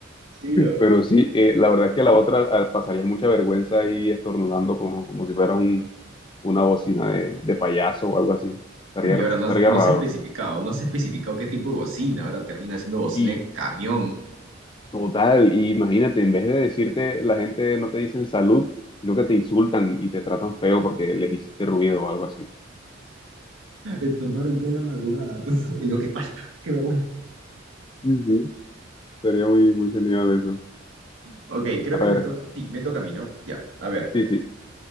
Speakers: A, on the right; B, on the left.
A: Sí, no.
B: Pero sí, eh, la verdad es que la otra ah, pasaría mucha vergüenza ahí estornudando como, como si fueras un, una bocina de, de payaso o algo así. Estaría,
A: Y ahora no,
B: estaría
A: no
B: raro.
A: se ha especificado, no se ha especificado qué tipo de bocina. Ahora termina siendo bocina
B: Y
A: de camión.
B: total, imagínate, en vez de decirte, la gente no te dicen salud, sino que te insultan y te tratan feo porque les hiciste ruido o algo así.
A: Estornudar en plena madrugada, <laughs> pues Lo bueno, que falta. qué vergüenza.
B: Sí, sí, Sería muy, muy genial eso.
A: Ok, creo
B: A
A: que
B: ver,
A: me toca. Sí, me toca a mí, ¿no? Ya, a ver.
B: sí, sí.